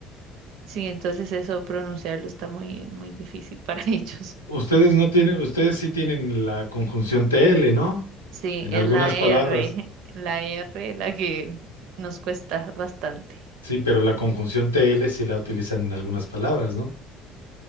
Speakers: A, on the right; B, on the left.
A: Sí, entonces eso pronunciarlo está muy, muy difícil para <laughs> ellos.
B: Ustedes no tienen, ustedes sí tienen la conjunción TL, ¿no?
A: Sí,
B: En
A: es
B: algunas
A: la
B: palabras.
A: R, la R la que nos cuesta bastante.
B: Sí, pero la conjunción TL sí la utilizan en algunas palabras, ¿no?